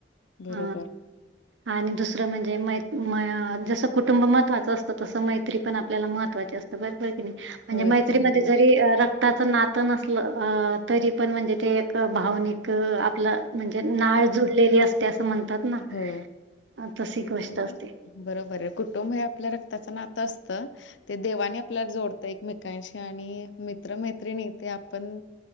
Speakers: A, on the left (about 85°); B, on the right (about 85°).
A: बरोबर.
B: अ. आणि दुसरं म्हणजे मै जसं कुटुंब महत्वाचं असतं तसं मैत्री पण आपल्याला महत्वाचे असत बरैकी म्हणजे
A: हो एकदम
B: मैत्रीमध्ये
A: बरोबर.
B: ज त्याच नातं नसलं अ तरी पण म्हणजे ते एक भावनिक आपलं. म्हणजे नाळ जुडलेली असते असं म्हणतात ना
A: हो.
B: तशी गोष्ट
A: हो.
B: असते.
A: बरोबर आहे कुटुंब हे आपल्या रक्ताचं नातं असतं. ते देवाने आपल्याला जोडत एकमेकांशी आणि मित्र मैत्रिणी ते आपण